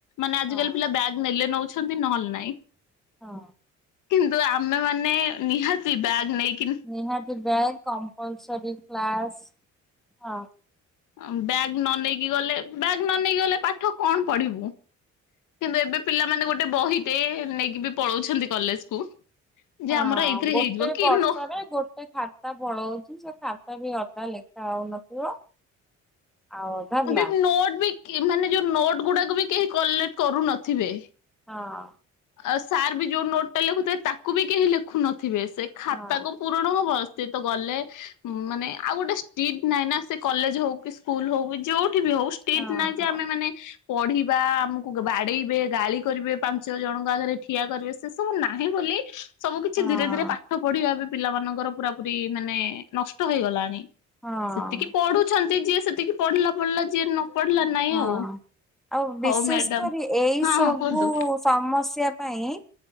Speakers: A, on the left; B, in the centre.
A: ମାନେ ଆଜିକାଲି
B: ହଁ
A: ପିଲା ବ୍ୟାଗ୍ ନେଲେ ନଉଛନ୍ତି ନହେଲେ ନାଇଁ।
B: ହଁ।
A: କିନ୍ତୁ ଆମେ ମାନେ ନିହାତି ବ୍ୟାଗ୍ ନେଇକି
B: ନିହାତି ବ୍ୟାଗ୍ କମ୍ପଲସରୀ କ୍ଲାସ୍ ହଁ।
A: ଓଁ ବ୍ୟାଗ୍ ନ ନେଇକି ଗଲେ ବ୍ୟାଗ ନ ନେଇକି ଗଲେ ପାଠ କଣ ପଢିବୁ? କିନ୍ତୁ ଏବେ ପିଲାମାନେ ଗୋଟେ ବହିଟେ ନେଇକି ବି ପଳଉଛନ୍ତି କଲେଜ କୁ। ଯେ
B: ହଁ
A: ଆମର ଏଇଥିରେ
B: ଗୋଟେ
A: ହେଇଯିବ କି
B: ବର୍ଷରେ
A: ନୋ
B: ଗୋ ଗୋଟେ ଖାତା ପଳଉଛି ସେ ଖାତା ବି ଅଧା ଲେଖା ହଉନଥିବ ଆଉ ଅଧା ବ୍ଲାଙ୍କ
A: ଏବେ ନୋଟ ବି ମାନେ ଯୋଉଁ ନୋଟ କେଉଁମାନେ ନୋଟ ଗୁଡାକୁ ବି କେହି କଲେକ୍ଟ କରୁନଥିବେ।
B: ହଁ।
A: ଆଉ ସାର୍ ବି ଯୋଉ ନୋଟ ଟା ଲେଖୁଥିବ ତାକୁ ବି କେହି ଲେଖୁନଥିବେ ସେ ଖାତାକୁ
B: ହଁ
A: ପୁ ପ୍ରଣବ ବସ୍ଥିତ ଗଲେ। ମାନେ ଆଉ ଗୋଟେ ଷ୍ଟିଟ୍ ନାହିଁ ନା ସେ କଲେଜ ହଉ କି ସ୍କୁଲ ହଉ କି ଯୋଉଠି ବି ହଉ। ଷ୍ଟିଟ
B: ହଁ
A: ନାହିଁ
B: ହଁ
A: ଯେ ଆମେ ମାନେ ପଢିବା ଆମକୁ ବାଡେଇବେ ଗାଳି କରିବେ ପାଞ୍ଚ ଯଉ ଜଣଙ୍କ ଆଗରେ ଠିଆ କରିବେ। ସେ ସବୁ ନାହିଁ ବୋଲି ସବୁ କିଛି
B: ହଁ।
A: ଧୀରେ ଧୀରେ ପା ପାଠ ପଢିବା ବି ପିଲାମାନଙ୍କର ପୁରା ପୁରି ମାନେ ନଷ୍ଟ ହେଇଗଲାଣି।
B: ହଁ
A: ସେତିକି ପଢୁ ଛନ୍ତି ଯିଏ ସେତିକି ପଢିଲା ପଢିଲା ଯିଏ ନ ପଢିଲା ନାଇଁ
B: ହଁ
A: ଆଉ।
B: ଆଉ ବିଶେଷ
A: ହଉ ମ୍ୟାଡାମ
B: କରି ଏଇ
A: ହଁ
B: ସବୁ
A: ହଁ କୁହନ୍ତୁ
B: ସମସ୍ୟା ପାଇଁ